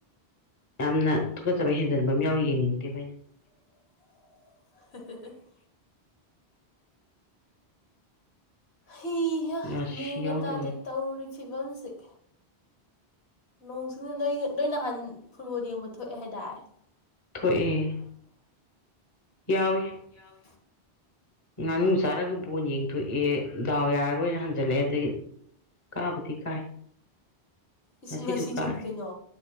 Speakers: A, on the left; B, on the left.
A: ꯌꯥꯝꯅ ꯊꯨꯀꯠꯆꯕ ꯍꯦꯟꯖꯟꯕ ꯑꯃ ꯌꯥꯎꯔꯤ ꯌꯦꯡꯅꯤꯡꯗꯦꯕꯣꯏꯩꯅ
B: <inaudible> ꯍꯤ ꯍ
A: ꯔꯥꯁꯤ
B: ꯃꯡꯒ
A: ꯌꯥꯎꯗꯕ
B: ꯇꯥꯗꯦ
A: ꯑꯃ
B: ꯇꯧꯔꯤ ꯐꯤꯕꯝꯁꯦ ꯅꯣꯡꯁꯤꯡꯤꯡꯅ ꯅꯣꯏ ꯅꯣꯏ ꯅꯍꯥꯟ ꯐꯨꯠꯕꯣꯜ ꯌꯦꯡꯕ ꯊꯣꯛꯑꯦ ꯍꯥꯏꯇꯥꯔꯦ
A: ꯊꯣꯛꯑꯦ ꯌꯥꯎꯋꯤ
B: ꯌꯥꯎ
A: ꯉꯥꯅꯨ ꯆꯥꯔꯒ ꯕꯣꯟ ꯌꯦꯡꯊꯣꯛꯑꯦ ꯗꯥꯎ ꯌꯥꯔꯔꯣꯏꯅ ꯍꯟꯖꯜꯂꯛꯑꯦ ꯑꯗꯒꯤ ꯀꯥꯕꯗꯤ ꯀꯥꯏ
B: ꯏꯁ
A: ꯉꯁꯤꯁꯨ
B: ꯉꯁꯤꯁꯨꯅꯤ
A: ꯀꯥꯔꯦ
B: ꯀꯩꯅꯣ